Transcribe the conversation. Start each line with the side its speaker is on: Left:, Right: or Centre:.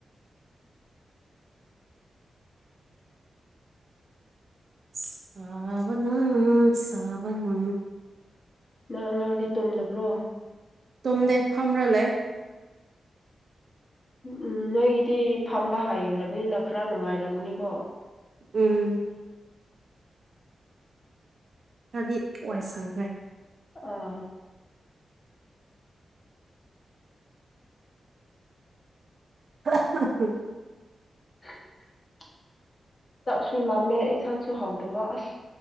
Right: ꯁꯥꯕꯅꯥ ꯁꯥꯕꯅ
Left: ꯅꯍ ꯑꯉꯥꯡꯗꯤ ꯇꯣꯝꯗꯕ꯭ꯔꯣ
Right: ꯇꯨꯝꯗꯦ ꯐꯝ꯭ꯔ ꯂꯩ
Left: ꯝ ꯎꯝ ꯅꯣꯏꯒꯤꯗꯤ ꯐꯝꯕ ꯍꯩꯈ꯭ꯔꯕꯅꯤꯅ ꯈꯔ ꯅꯨꯡꯉꯥꯏꯔꯝꯃꯅꯤꯀꯣ
Right: ꯎꯝ ꯀꯗꯤ ꯋꯥꯏꯁꯪꯈꯦ
Left: ꯑꯥ
Right: <inaudible>
Left: <inaudible> ꯆꯥꯛꯁꯨ ꯂꯥꯝꯃꯦ ꯑꯦꯟꯁꯥꯡꯁꯨ ꯍꯥꯎꯗꯕ ꯑꯁ